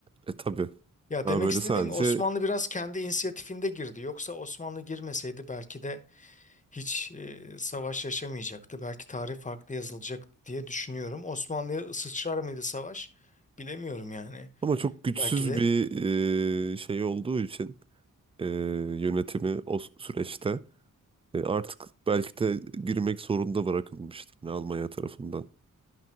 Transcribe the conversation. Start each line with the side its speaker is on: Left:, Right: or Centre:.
Right: E tabii.
Left: Ya
Right: Daha
Left: demek
Right: böyle
Left: istediğim
Right: sadece
Left: Osmanlı biraz kendi inisiyatifinde girdi. Yoksa Osmanlı girmeseydi belki de hiç e, savaş yaşamayacaktı. Belki tarih farklı yazılacak diye düşünüyorum. Osmanlı'ya sıçrar mıydı savaş? Bilemiyorum yani.
Right: ama çok güçsüz
Left: Belki de.
Right: bir e, şey olduğu için e, yönetimi o süreçte e, artık belki de girmek zorunda bırakılmıştır hani Almanya tarafından